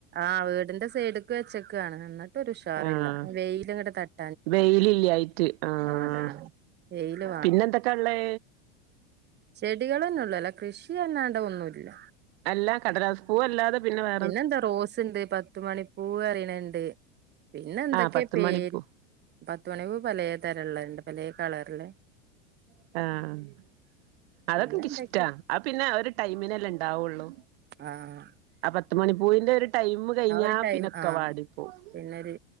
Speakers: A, on the right; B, on the right.
A: ആഹ് വീടിന്റെ സൈഡ്ക്ക് വെച്ചേക്കുവാണ് എന്നിട്ടൊരു ഉഷാറില്ല
B: ആഹ്
A: വെയിലിങ്ങട് തട്ട്
B: വെയിലില്ലായിട്ട് ആഹ്
A: അതാണ് വെയില്
B: പിന്നെ എന്തൊക്കാള്ളെ
A: ചെടികളന്നെ ഒള്ളൂ അല്ല കൃഷി അല്ലാണ്ടൊന്നുല്ല
B: അല്ല കടലാസ് പൂവല്ലാതെ പിന്നെ വേ
A: പിന്നെന്താ റോസിണ്ട് പത്ത് മണിപ്പൂ പറയണണ്ട് പിന്നെ എന്തൊക്കെയാ
B: ആഹ് പത്ത്
A: പേര്
B: മണിപ്പൂ
A: പത്ത്മണിപൂ പലേ തരം ഉള്ളഉണ്ട് പലേ കളറിലെ
B: ആഹ് ആഹ് അതൊക്കെ
A: പിന്നെ
B: എനിക്കിഷ്ടാ
A: എന്തൊക്കെ
B: ആ പിന്നെ ആ ഒരു ടൈമിനെല്ലേ ഉണ്ടാവുള്ളൂ
A: ആഹ്
B: ആ പത്ത് മണിപൂവിന്റെ ഒരു ടൈമ് കഴിഞ്ഞ
A: ആ ഒരു ടൈം
B: പിന്നൊക്കെ
A: ആഹ്
B: വാടി പോകും
A: പിന്നൊരു